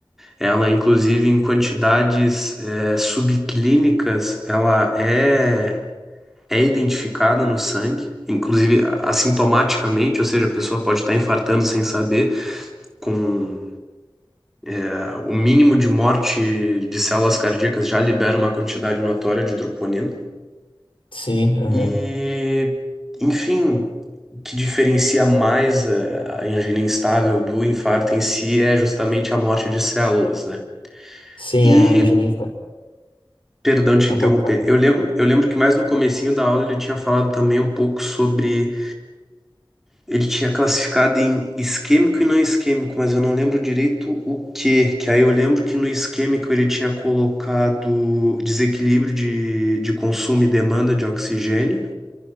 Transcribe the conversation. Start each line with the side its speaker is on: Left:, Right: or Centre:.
Centre: ela, inclusive, em quantidades eh, subclínicas, ela é é identificada no sangue, inclusive assintomaticamente, ou seja, a pessoa pode estar infartando sem saber, com é, o mínimo de morte de células cardíacas já libera uma quantidade notória de troponina.
Left: sim, aham.
Centre: E, enfim, o que diferencia mais a, a angina instável do infarto em si é justamente a morte de células, né?
Left: Sim,
Centre: E
Left: a angina instável.
Centre: Perdão te
Left: Não
Centre: interromper.
Left: pode falar.
Centre: Eu lembro, eu lembro que mais no comecinho da aula ele tinha falado também um pouco sobre Ele tinha classificado em isquêmico e não isquêmico, mas eu não lembro direito o que. Que aí eu lembro que no isquêmico ele tinha colocado desequilíbrio de, de consumo e demanda de oxigênio,